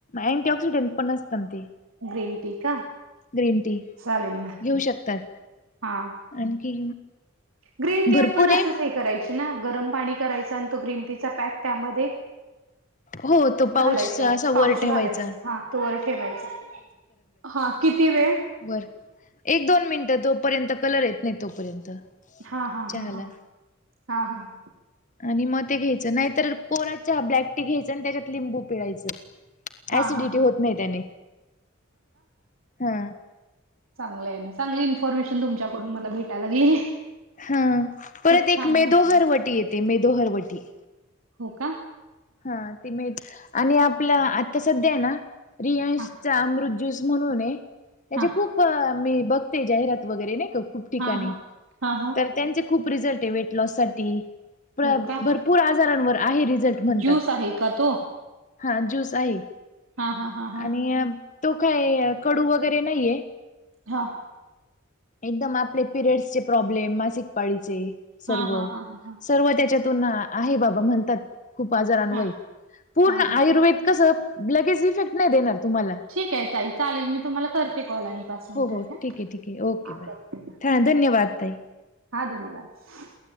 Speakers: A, on the left; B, on the right.
A: अँटी ऑक्सिडेंट पण असत ना ते.
B: ग्रीन टी का
A: ग्रीन टी
B: चालेल ना
A: घेऊ शकतात.
B: हा.
A: आणखी?
B: ग्रीन टी
A: भरपूर
B: आपण असंच
A: आहे
B: हे करायची ना. गरम पाणी करायच आणि तो ग्रीन टीचा पॅक त्यामध्ये,
A: हो तो पाऊच
B: घालायचा
A: असा
B: पाउच
A: वर ठेवायचा
B: घालायचं हा तो वर ठेवायचा. हा किती वेळ?
A: बर एक दोन मिनिटं जोपर्यंत कलर येत नाही तोपर्यंत.
B: हा हा
A: चहाला
B: हा हा हा हान
A: आणि मग ते घ्यायच नाहीतर. कोरा चहा ब्लॅक टी घ्यायच आणि त्याच्यात लिंबू पिळायच.
B: हा
A: ऍसिडिटी
B: हा हा
A: होत नाही त्याने हा
B: चांगली आहे ना चांगली इन्फॉर्मेशन तुमच्याकडून मला भेटाय लागली.
A: हा परत
B: खूप
A: एक
B: छान
A: मेदोहरवटी
B: वाटलं.
A: येते मेदोहरवटी.
B: हो का.
A: हा ती मिळेल. आणि आपलं आता सध्या आहे ना. रियांशचा
B: हा
A: अमृत स म्हणून आहे. त्याचे
B: हा
A: खूप मी बघते जाहीरात वगैरे नाही का खूप ठिकाणी
B: हा हा हा हा
A: तर त्यांचे खूप रिझल्ट आहे वेट लॉस साठी भरपूर,
B: हो का?
A: पूर आजारांवर आहे रिझल्ट. म्हणतात
B: ज्यूस आहे का तो?
A: हा ज्यूस आहे
B: हा हा हा हा
A: आणि तो काय कडू वगैरे नाहीये.
B: हां.
A: एकदम आपले पिरियड्सचे प्रॉब्लेम मासिक पाळीचे. सर्व
B: हा हा हा हा हा
A: सर्व त्याच्यातून आहे बाबा म्हणतात. बाजारावर,
B: हा
A: पूर्ण
B: हा हा
A: आयुर्वेद कस लगेच इफेक्ट नाही देणार तुम्हाला.
B: त्या ताईचा आलेला मी तुम्हाला करते कॉल आणि पाच मिनिटांनी
A: हो हो,
B: हा.
A: ठीक आहे, ठीक आहे, ओके
B: हा
A: बाय
B: करते.
A: धन्यवाद ताई.
B: हा धन्यवाद.